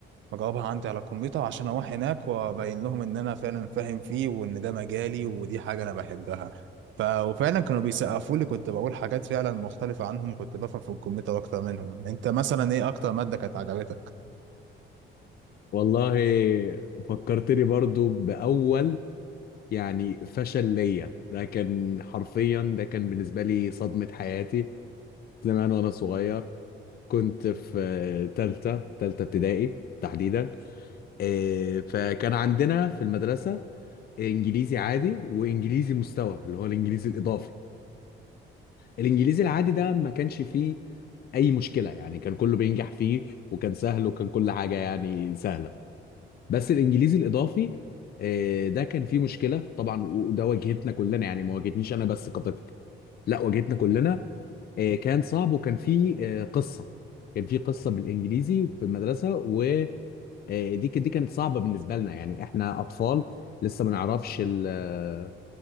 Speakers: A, on the right; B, on the left.
A: بجاوبها عندي على الكمبيوتر عشان اروح هناك وابين لهم ان انا فعلا فاهم فيه وان ده مجالي ودي حاجه انا بحبها ف... وفعلا كانوا بيسقفوا لي كنت بقول حاجات فعلا مختلفه عنهم كنت بفهم في الكمبيوتر اكتر منهم انت مثلا ايه اكتر ماده كانت عجبتك
B: والله فكرتني برضو بأول يعني فشل ليا ده كان حرفيا ده كان بالنسبة لي صدمة حياتي زمان وأنا صغير كنت في آه، تالتة تالتة ابتدائي تحديدا آه، فكان عندنا في المدرسة إنجليزي عادي وإنجليزي مستوى اللي هو الإنجليزي الإضافي الإنجليزي العادي ده ما كانش فيه أي مشكلة يعني كان كله بينجح فيه وكان سهل وكان كل حاجة يعني سهلة بس الانجليزي الاضافي آه، ده كان فيه مشكله طبعا وده واجهتنا كلنا يعني ما واجهتنيش انا بس كطفل لا واجهتنا كلنا آه، كان صعب وكان فيه آه، قصه كان فيه قصه بالانجليزي في المدرسه ودي دي كانت صعبه بالنسبه لنا يعني احنا اطفال لسه ما نعرفش ال- آه،